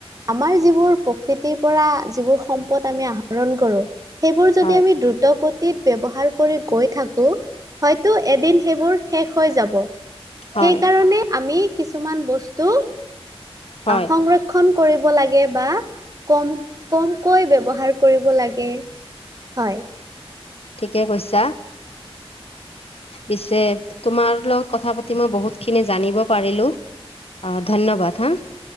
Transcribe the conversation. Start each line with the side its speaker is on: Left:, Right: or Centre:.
Right: আমাৰ যিবোৰ প্ৰকৃতিৰ পৰা যিবোৰ সম্পদ আমি আহৰণ কৰো। সেবোৰ যদি
Left: হয়
Right: আমি দ্ৰুত গতিত ব্যৱহা পাৰ কৰি গৈ থাকো হয়তো, এদিন সেইবোৰ শেষ হৈ যাব।
Left: হয়
Right: সেই কাৰণে আমি কিছুমান বস্তু
Left: হয়
Right: অ' সংৰক্ষণ কৰিব লাগে, বা কম-কম কৈ ব্যৱহাৰ কৰিব লাগে। হয়।
Left: ঠিকে কৈছা। পিছে তোমাৰ লগত কথা পাতি মই বহুত খিনি জানিব পাৰিলো। অ', ধন্যবাদ হা।